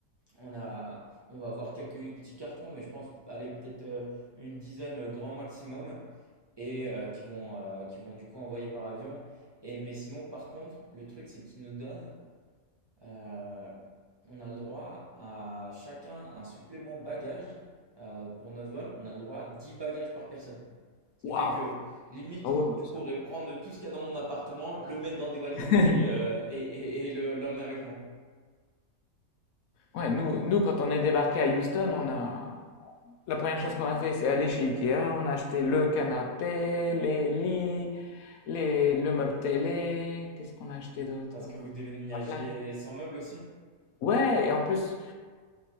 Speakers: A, on the right; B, on the left.
A: on a, on va avoir quelques petits cartons, mais je pense aller peut-être euh, une dizaine euh, grand maximum et euh, qui vont, euh, qui vont du coup envoyer par avion. Et, mais sinon, par contre, le truc, c'est qu'ils nous donnent, euh, on a le droit à chacun un supplément bagage euh, pour notre vol. On a le droit à 10 bagages par personne. Ce
B: Waouh!
A: qui fait que, limite,
B: Ah ouais, bah,
A: je
B: ça.
A: pourrais prendre tout ce qu'il y a dans mon appartement, le mettre dans des valises
B: <laughs>
A: et, euh, et, et, et le- l'emmener avec moi.
B: Ouais, nous, nous, quand on est débarqué à Houston, on a... la première chose qu'on a fait, c'est aller chez Ikea. On a acheté le canapé, les lits, les... le meuble télé. Qu'est-ce qu'on a acheté d'autre?
A: Parce
B: Euh,
A: que vous déménagez
B: pas plein.
A: sans meubles aussi?
B: Ouais, et en plus,